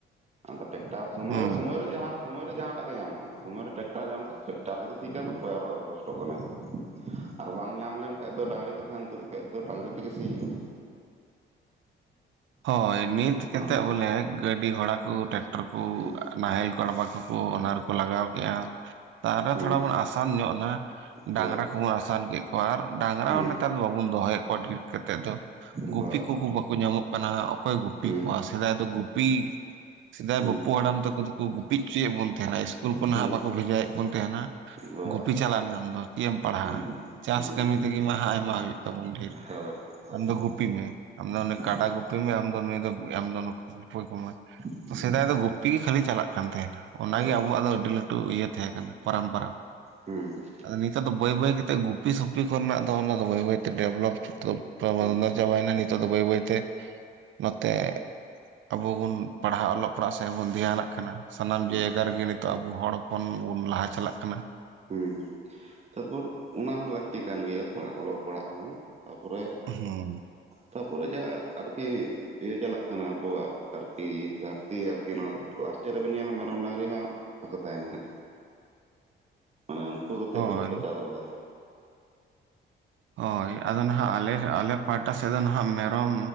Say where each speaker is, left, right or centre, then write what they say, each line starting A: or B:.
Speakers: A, on the right; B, on the right.
A: ᱟᱫᱚ ᱴᱮᱠᱴᱟᱨ ᱥᱚᱢᱚᱭ
B: ᱦᱩᱸ
A: ᱨᱮ ᱥᱚᱢᱚᱭ ᱨᱮ ᱥᱚᱢᱚᱭ ᱡᱟᱦᱟᱸ ᱴᱟᱜ ᱜᱮ ᱧᱟᱢᱚᱜᱼᱟ ᱾ ᱥᱚᱢᱚᱭ ᱨᱮ ᱴᱮᱠᱴᱟᱨ ᱧᱟᱢ ᱠᱟᱛᱮ ᱴᱮᱠᱴᱟᱨ ᱨᱮᱜᱮ ᱥᱤ ᱠᱟᱜ ᱢᱮ ᱚᱠᱚᱭ ᱟᱨᱚ ᱠᱚᱥᱴᱚᱜ ᱠᱟᱱᱟᱭ᱾ ᱟᱨ ᱵᱟᱝ ᱧᱟᱢ ᱞᱮᱱᱠᱷᱟᱡ ᱫᱚ ᱰᱟᱹᱝᱨᱤ ᱠᱚ ᱛᱟᱦᱮᱱ ᱛᱩᱞᱩᱡ ᱠᱷᱟᱡ ᱫᱚ ᱰᱟᱹᱝᱨᱤ ᱛᱮᱜᱮ ᱥᱤ ᱦᱩᱭᱩᱜᱼᱟ᱾
B: ᱦᱳᱭ ᱱᱤᱛ
A: ᱦᱩᱭᱩᱜᱼᱟ
B: ᱠᱮᱛᱮᱜ ᱵᱚᱞᱮ ᱜᱟᱹᱰᱤ ᱜᱷᱚᱲᱟ ᱠᱚ ᱴᱨᱟᱠᱴᱚᱨ ᱠᱚ
A: ᱦᱩᱸ
B: ᱱᱟᱦᱮᱞ ᱠᱟᱬᱵᱟ ᱠᱚᱠᱚ ᱚᱱᱟ ᱨᱮᱠᱚ ᱞᱟᱜᱟᱣ ᱠᱮᱜᱼᱟ, ᱛᱚ ᱟᱨᱚ
A: ᱦᱩᱸ
B: ᱛᱷᱚᱲᱟ ᱵᱚᱱ ᱟᱸᱥ ᱥᱟᱱ ᱧᱚᱜ ᱮᱱᱟ
A: ᱦᱩᱸ ᱦᱳᱭ
B: ᱰᱟᱝᱨᱟ ᱠᱚᱵᱚᱱ ᱟᱥᱟᱱ ᱠᱮᱫ ᱠᱚᱣᱟ ᱟᱨ ᱰᱟᱝᱨᱟ
A: ᱦᱩᱸ
B: ᱦᱚᱸ ᱱᱮᱛᱟᱨ ᱫᱚ ᱵᱟᱵᱚᱱ ᱫᱚᱦᱚᱭᱮᱫ ᱠᱚᱣᱟ ᱰᱷᱤᱨ ᱠᱟᱛᱮᱫ ᱫᱚ, ᱜᱩᱯᱤ
A: ᱵᱟ
B: ᱠᱚᱠᱚ ᱵᱟᱠᱚ ᱧᱟᱢᱚᱜ ᱠᱟᱱᱟ᱾ ᱚᱠᱚᱭ ᱜᱩᱯᱤ
A: ᱦᱩᱸ
B: ᱠᱚᱣᱟ? ᱥᱮᱫᱟᱭ ᱫᱚ ᱜᱩᱯᱤ ᱥᱮᱫᱟᱭ
A: ᱦᱩᱸ
B: ᱵᱟᱹᱯᱩ ᱦᱟᱲᱟᱢ ᱛᱟᱠᱚ ᱫᱚᱠᱚ ᱜᱩᱯᱤ ᱦᱚᱪᱚᱭᱮᱫ ᱵᱚᱱ ᱛᱟᱦᱮᱱᱟ ᱥᱤᱥᱠᱩᱞ ᱠᱚᱨᱮᱜ
A: ᱦᱩᱸ
B: ᱵᱟᱠᱚ ᱵᱷᱮᱡᱟᱭᱮᱫ ᱵᱚᱱ ᱛᱟᱦᱮᱱᱟ᱾
A: ᱵᱟ
B: ᱜᱩᱯᱤ ᱪᱟᱞᱟᱜ ᱢᱮ ᱟᱢᱫᱚ ᱪᱮᱫ ᱮᱢ ᱯᱟᱲᱦᱟᱜ-ᱟ᱾
A: ᱦᱩᱸ
B: ᱪᱟᱥ
A: ᱦᱩᱸ
B: ᱠᱟᱹᱢᱤ ᱛᱮᱜᱮ ᱢᱟ ᱟᱭᱢᱟ ᱦᱩᱭᱩᱜ ᱛᱟᱵᱚᱱ ᱰᱷᱮᱨ᱾
A: ᱦᱳᱭ ᱦᱳᱭ
B: ᱟᱢ ᱫᱚ ᱜᱩᱯᱤ ᱢᱮ ᱟᱢ ᱫᱚ ᱚᱱᱮ
A: ᱦᱩᱸ
B: ᱠᱟᱰᱟ ᱜᱩᱯᱤ ᱜᱩᱯᱤ ᱢᱮ ᱟᱢ ᱫᱚ ᱱᱩᱭ ᱫᱚ ᱟᱢ ᱫᱚ ᱱᱩᱠᱩ ᱜᱩᱯᱤᱹᱭ ᱠᱚ ᱢᱟᱭ
A: ᱦᱩᱸ
B: ᱛᱚ ᱥᱮᱫᱟᱭ ᱫᱚ ᱜᱩᱯᱤ ᱜᱮ ᱠᱷᱟᱹᱞᱤ ᱪᱟᱞᱟᱜ ᱠᱟᱱ ᱛᱟᱦᱮᱱᱟ᱾ ᱚᱱᱟ
A: ᱦᱳᱭ
B: ᱜᱮ ᱟᱵᱚᱣᱟᱜ ᱫᱚ ᱟᱹᱰᱤ ᱞᱟᱹᱴᱩ ᱤᱭᱟᱹ ᱛᱟᱦᱮᱸ ᱠᱟᱱᱟ ᱯᱚᱨᱚᱢᱯᱚᱨᱟ᱾
A: ᱦᱩᱸ ᱦᱩᱸ
B: ᱱᱤᱛᱟᱨ ᱫᱚ ᱵᱟᱹᱭ ᱵᱟᱹᱭᱛᱮ ᱜᱩᱯᱤ ᱥᱩᱯᱤ ᱠᱚᱨᱮᱱᱟᱜ ᱫᱚ ᱚᱱᱟ ᱫᱚ ᱵᱟᱹᱭ ᱵᱟᱹᱭᱛᱮ ᱰᱮᱵᱷᱞᱚᱯ <inaudible>
A: ᱦᱩᱸ ᱦᱩᱸ
B: ᱪᱟᱵᱟᱭᱱᱟ ᱱᱤᱛᱚᱜ ᱫᱚ ᱵᱟᱹᱭ ᱵᱟᱹᱭᱛᱮ᱾ ᱱᱚᱛᱮ ᱟᱵᱚ ᱵᱩᱱ ᱯᱟᱲᱦᱟᱜ ᱚᱞᱚᱜ ᱯᱟᱲᱦᱟᱜ ᱥᱮᱫ ᱵᱚᱱ ᱫᱷᱮᱭᱟᱱᱟᱜ ᱠᱟᱱᱟ᱾ ᱥᱟᱱᱟᱢ
A: ᱦᱩᱸ
B: ᱡᱟᱭᱜᱟ ᱨᱮᱜᱮ ᱱᱤᱛᱚᱜ ᱟᱵᱚ ᱦᱚᱲ ᱦᱚᱯᱚᱱ ᱵᱚᱱ ᱞᱟᱦᱟ ᱪᱟᱞᱟᱜ ᱠᱟᱱᱟ᱾
A: ᱦᱩᱸ ᱦᱩᱸ ᱛᱟᱯᱚᱨ ᱚᱱᱟ ᱦᱚᱸ ᱞᱟᱹᱠᱛᱤ ᱠᱟᱱ ᱜᱮᱭᱟ ᱯᱟᱲᱦᱟᱜ ᱚᱞᱚᱜ ᱯᱟᱲᱦᱟᱜ ᱦᱚᱸ ᱛᱟᱯᱚᱨᱮ
B: ᱦᱩᱸᱢ
A: ᱛᱟᱯᱚᱨᱮ ᱡᱟᱦᱟᱸ ᱟᱨᱠᱤ ᱤᱭᱟᱹ ᱪᱟᱞᱟᱜ ᱠᱟᱱᱟ ᱟᱵᱚᱣᱟᱜ ᱟᱨᱠᱤ ᱫᱷᱟᱹᱨᱛᱤ ᱟᱨᱠᱤ ᱱᱚᱣᱟ ᱞᱟᱥᱴᱮ ᱨᱮᱵᱚᱱ ᱧᱮᱞᱟ ᱢᱮᱨᱚᱢ ᱰᱟᱝᱨᱤ ᱦᱚᱸ ᱵᱟᱠᱚ ᱛᱟᱦᱮᱱᱟ ᱦᱟᱸᱜ᱾ ᱢᱟᱱᱮ ᱩᱱᱠᱩ ᱟᱛᱮᱫ
B: ᱦᱳᱭ
A: ᱫᱚ ᱵᱟᱠᱚ ᱪᱟᱥ ᱵᱟᱲᱟᱭᱟ᱾
B: ᱦᱳᱭ ᱟᱫᱚ ᱱᱟᱦᱟᱜ ᱟᱞᱮ ᱟᱞᱮ ᱯᱟᱦᱴᱟ ᱥᱮᱫ ᱫᱚ ᱱᱟᱦᱟᱜ ᱢᱮᱨᱚᱢ